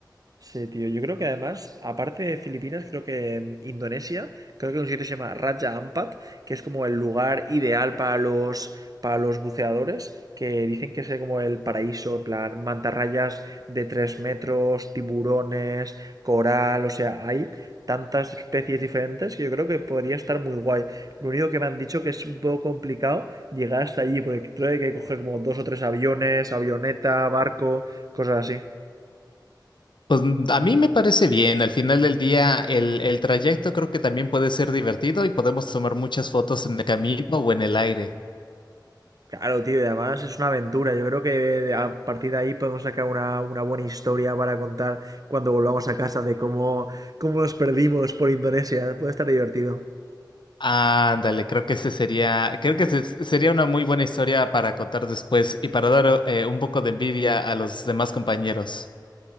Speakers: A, on the right; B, on the left.
A: Sí, tío. Yo creo que además, aparte de Filipinas, creo que en Indonesia, creo que hay un sitio que se llama Raja Ampat, que es como el lugar ideal para los, para los buceadores, que dicen que es eh, como el paraíso, en plan, mantarrayas de 3 metros, tiburones, coral, o sea, hay tantas especies diferentes que yo creo que podría estar muy guay. Lo único que me han dicho que es un poco complicado llegar hasta allí, porque creo que hay que coger como dos o tres aviones, avioneta, barco, cosas así.
B: Pues mm, a mí me parece bien, al final del día el, el trayecto creo que también puede ser divertido y podemos tomar muchas fotos en el camino o en el aire.
A: Claro, tío, y además es una aventura. Yo creo que de- a partir de ahí podemos sacar una, una buena historia para contar cuando volvamos a casa de cómo, cómo nos perdimos por Indonesia. Puede estar divertido.
B: Ándale, creo que ese sería, creo que ese sería una muy buena historia para contar después y para dar eh, un poco de envidia a los demás compañeros.